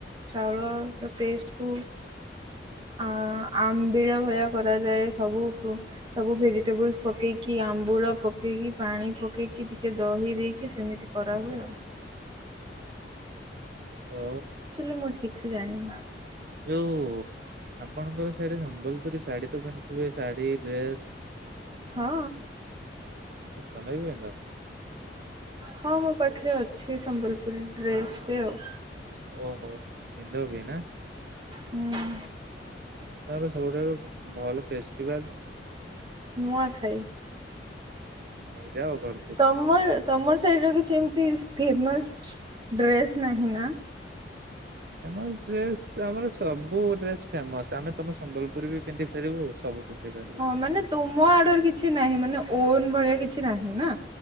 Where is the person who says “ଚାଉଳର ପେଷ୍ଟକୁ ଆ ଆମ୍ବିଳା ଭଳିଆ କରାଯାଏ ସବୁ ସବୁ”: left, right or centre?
Right